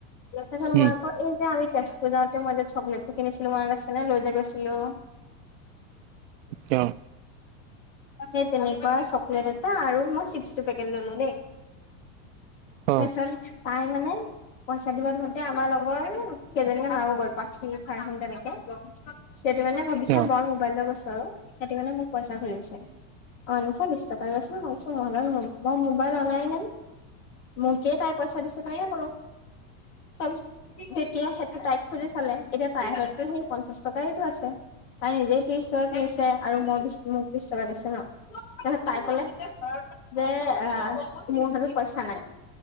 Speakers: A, on the left; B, on the right.
A: তাৰপিছত
B: উম,
A: মই আকৌ এই যে আমি তেজপুৰ যাওঁতে মই যে চকলেটটো কিনিছিলো মনত আছে নে লৈ যে গৈছিলোঁ?
B: কিয়?
A: সেই তেনেকুৱা চকলেট এটা আৰু মই চিপছ দুপেকেট ললো দেই।
B: অ',
A: তাৰপিছত তাই মানে পইচা দিব ধৰোতে আমাৰ লগৰ কেইজনীমান আৰু হৈ গ'ল পাখি, ফাৰ্ম তেনেকে ল সেইটো মানে ভাবিছে
B: অ'।
A: মই মোবাইল লৈ গৈছো আৰু সেইটো কাৰণে মোক পইচা ঘূৰি গৈছে। কে অ অনিছা বিছ টকা দেচোন, মই চু অহ মডাল মোবাইল মোবাইল অনাই নাই, মোকেই তাই পইচা দিছে তেনেকে কলো। তাৰপিছ তে তিয়া সেইটো তাইক খুজি চালে এতিয়া তাইৰ হাততো সেই পঞ্চাশ টকাইটো আছে, তাই নিজেই চিপছ ছ কিনিছে আৰু মই বিশ মোক বিশ টকা দিছে ন তাৰপিছত তাই কলে যে আহ মোৰ হাতত পইচা নাই।